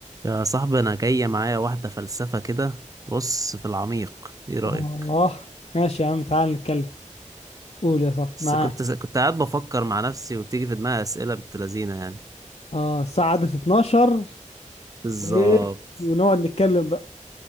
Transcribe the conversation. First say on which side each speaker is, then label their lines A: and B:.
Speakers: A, on the right; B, on the left.
A: يا صاحبي انا جاية معايا واحدة فلسفة كده بص في العميق ايه رأيك
B: سبحان الله ماشي يا عم تعال نتكلم قول يا صاحبي
A: بس
B: معاك
A: كنت كنت قاعد بفكر مع نفسي وبتيجي في دماغي أسئلة بنت لذينة يعني
B: اه الساعة عدت 12
A: بالظبط
B: وايه ونقعد نتكلم بقى